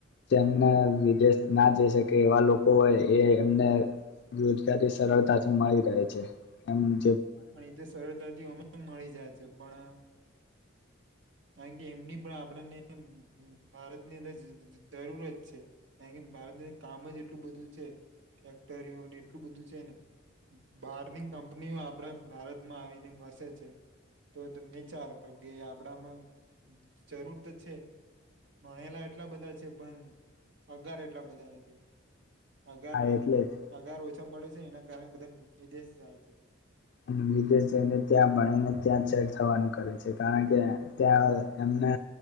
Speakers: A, on the left; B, on the right.
A: તેમના વિદેશ ના જઈ શકે એવા લોકો હોય એ એમને રોજગારી સરળતાથી મળી રહે છે. હમ્મ.
B: પણ એ તો સરળતાથી ઓમેય મળી જાય. જે પણ કારણ કે એમની <unintelligible> આપણને ભારતની અંદર જજ જરૂરત છે, કારણ કે ભારતની અંદર કામ જ એટલું બધું છે. ફેક્ટરીઓને એટલું બધું છે ને, બારની કંપનીઓ આપડા ભારતમાં આવીને વસે છે. તો તમે વિચારો કે આપડામાં જરૂર તો છે, ભણેલા એટલા બધા છે પણ પગાર એટલા બધા નથી. પગાર
A: હા
B: ને
A: એટલે જ
B: પગાર ઓછા મળે છ છે એના કારણે બધા વિદેશ જાય છે.
A: અને વિદેશ જઈને ત્યાં ભણીને ત્યાં જ સેટ થવાનું કરે છે, કારણ કે ત્યાં એમને